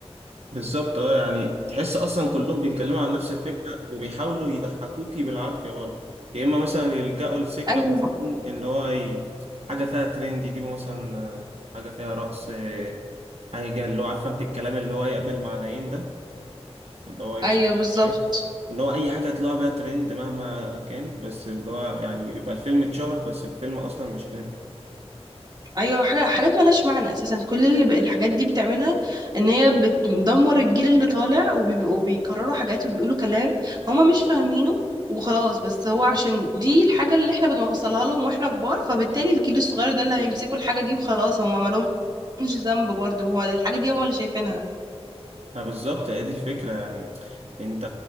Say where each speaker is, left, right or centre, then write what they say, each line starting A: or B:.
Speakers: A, on the right (about 70°); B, on the right (about 40°).
A: بالظبط اه يعني تحس اصلا كلهم بيتكلموا عن نفس الفكرة وبيحاولوا يضحكوكي بالعافية برضه يا اما مثلا يلجأوا لسكة
B: ايوه
A: مثلا ان هو ي- حاجة فيها ترند يجيبوا مثلا آه، حاجة فيها رقص آه، حاجة اللي هو عارفة انت الكلام اللي هو يقبل معنيين ده اللي هو يتفق
B: ايوه بالظبط
A: عليه اللي هو أي حاجة يطلع بيها ترند مهما كانت بس اللي هو يعني يبقى الفيلم اتشهر بس الفيلم أصلا مش حلو
B: ايوه حاجه حاجات ملهاش معنى اساسا كل اللي ب- الحاجات دي بتعملها ان هي بتدمر الجيل اللي طالع وبيبقوا- وبيكرروا حاجات وبيقولوا كلام هما مش فاهمينه وخلاص بس هو عشان دي الحاجه اللي احنا بنوصلها لهم واحنا كبار فبالتالي الجيل الصغير ده اللي هيمسكوا الحاجه دي وخلاص هما ما لهمش ذنب برضه هو الحاجه دي هما اللي شايفينها
A: ما بالظبط هي دي الفكرة يعني انت